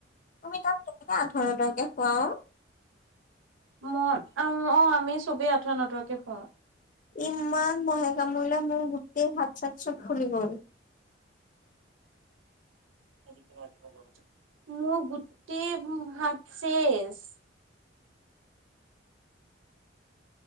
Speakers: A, on the left; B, on the right.
A: তুমি তাত এ আঁঠুৱা নতৰাকে শোৱাও।
B: মই অ আমি চবেই আঁঠুৱা নতৰাকে শোওঁ।
A: ইমান মহে কামুৰিলে মোৰ গোটেই হাত চাত চব ফুলি গল। <inaudible>
B: <unintelligible> মোৰ গোটেই হাত চেচ।